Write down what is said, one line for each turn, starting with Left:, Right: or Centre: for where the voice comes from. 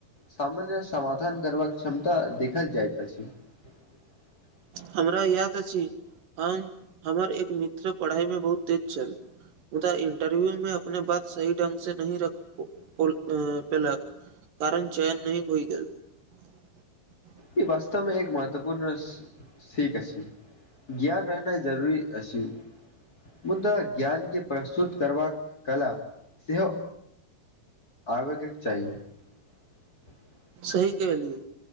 Left: सामान्य समाधान करबाक क्षमता देखल जाइत अछि। <unintelligible>
Right: हमरा याद अछि हम हमर एक मित्र पढ़ाइमे बहुत तेज छल मुदा इंटरव्यू मे अपने बात सही ढ़ंग से नहि रख पो पोल ए -पेलक कारण चयन नहि होइ गेल। <unintelligible>
Left: ई वास्तवमे एक महत्वपूर्ण सी सिख अछि, ज्ञान रहनाइ जरूरी अछि मुदा ज्ञान के प्रस्तुत करबाक कला सेहो- आबैकक चाही। <unintelligible>
Right: सही कहलिए